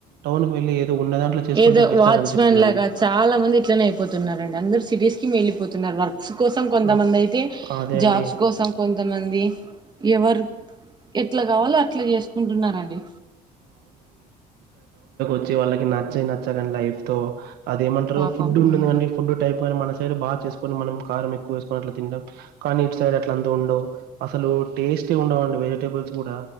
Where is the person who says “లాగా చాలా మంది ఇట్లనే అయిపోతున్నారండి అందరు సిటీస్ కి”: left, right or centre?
Right